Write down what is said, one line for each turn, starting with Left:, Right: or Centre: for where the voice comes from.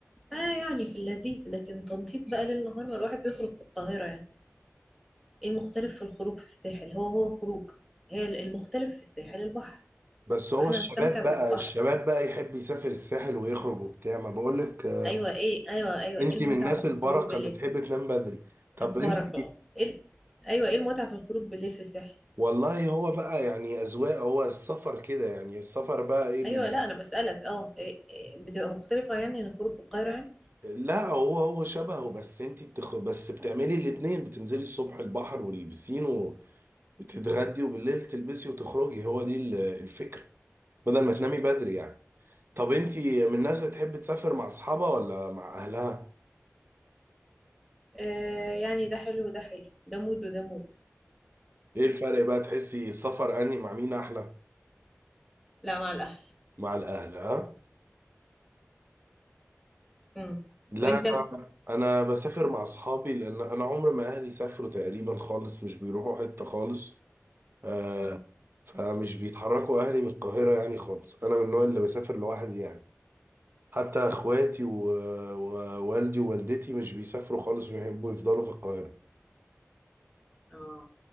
Centre: آه يعني في اللذيذ لكن تنطيط بقى ليل نهار ما الواحد بيخرج في القاهرة يعني إيه المختلف في الخروج في الساحل هو هو خروج هي ال- المختلف في الساحل البحر
Right: بس
Centre: يبقى
Right: هو
Centre: احنا
Right: الشباب
Centre: هنستمتع بالبحر
Right: بقى الشباب بقى يحب يسافر الساحل ويخرج وبتاع ما بقولك آه،
Centre: أيوة إيه أيوة أيوة
Right: انت
Centre: إيه المتعة
Right: من الناس
Centre: في
Right: البركة
Centre: الخروج بالليل
Right: اللي تحب تنام بدري طب
Centre: البركة
Right: انت
Centre: اه إيه ال- أيوة إيه المتعة في الخروج بالليل في الساحل
Right: والله هو بقى يعني اذواق هو السفر كده يعني السفر بقى ايه بي...
Centre: ايوه لا انا بسألك اه إيه- إيه، بتبقى مختلفة يعني عن خروج القاهرة يعني
Right: لا هو هو شبهه بس انت بتخ... بس بتعملي الاتنين بتنزلي الصبح البحر والبسين وتتغدي وبالليل تلبسي وتخرجي هو دي ال- الفكرة بدل ما تنامي بدري يعني طب انتي من الناس اللي تحب تسافر مع اصحابها ولا مع اهلها
Centre: آه يعني ده حلو وده حلو ده مود وده مود
Right: ايه الفرق بقى تحسي السفر اني مع مين احلى
Centre: لا مع الاهل
Right: مع الاهل ها
Centre: امم
Right: لا
Centre: وانت
Right: انا انا بسافر مع اصحابي لان انا عمر ما اهلي سافروا تقريبا خالص مش بيروحوا حتة خالص آه
Centre: امم
Right: فمش بيتحركوا اهلي من القاهرة يعني خالص انا من النوع اللي بسافر لوحدي يعني حتى اخواتي و- ووالدي ووالدتي مش بيسافروا خالص بيحبوا يفضلوا في القاهرة
Centre: اه